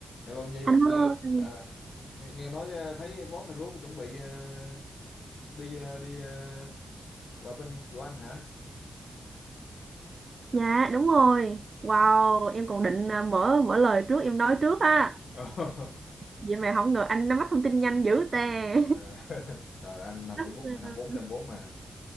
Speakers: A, on the left; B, on the right.
A: Hello Nhi,
B: Anh
A: nghe
B: ơi,
A: à, nghe, nghe nói ờ, thấy boss facebook chuẩn bị ờ, đi ờ, đi ờ, qua bên của anh hả?
B: dạ đúng rồi. Wow, em còn định à, mở mở lời trước em nói trước á.
A: Ờ. <laughs>
B: Vậy mà không ngờ anh nắm bắt thông tin nhanh dữ tè.
A: À, Trời anh nằm
B: <laughs>
A: Facebook hai mươi bốn trên hai mươi bốn mà.